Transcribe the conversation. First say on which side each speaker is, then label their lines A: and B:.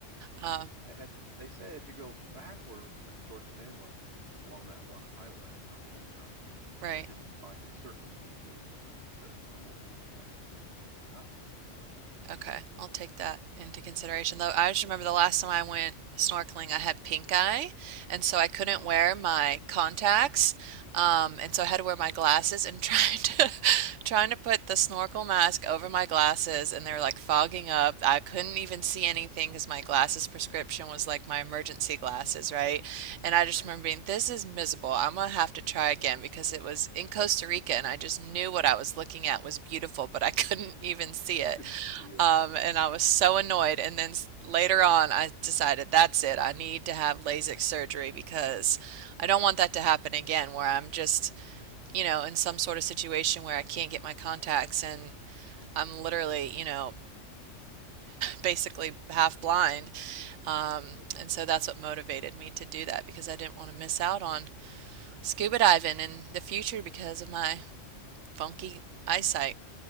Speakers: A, on the right (about 75°); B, on the right (about 55°).
A: Um,
B: I had, they say if you go backwards toward the mainland along that one highway, well, the only highway,
A: right.
B: you can find certain beaches that are more beach-like, but not the Key West.
A: Okay, I'll take that into consideration. Though I just remember the last time I went snorkeling, I had pink eye, and so I couldn't
B: Oh,
A: wear my contacts, um,
B: mm,
A: and so I had to wear my glasses. And trying to <laughs> trying to put the snorkel mask over my glasses, and they were like fogging up. I couldn't even
B: mm,
A: see anything because my glasses prescription was like my emergency glasses, right? And I just
B: right.
A: remember being, this is miserable. I'm gonna have to try again because it was in Costa Rica, and I just knew what I was looking at was beautiful, but I <laughs> couldn't even see
B: <laughs>
A: it.
B: Couldn't see it.
A: Um, and I was so annoyed. And then s- later on, I decided that's it. I need to have LASIK surgery because I don't want that to happen again, where I'm just, you know, in some sort of situation where I can't get my contacts and I'm literally, you know, basically half blind. Um,
B: Yeah,
A: and so that's what motivated me to do that because I didn't want to miss out on scuba diving in the future because of my funky eyesight.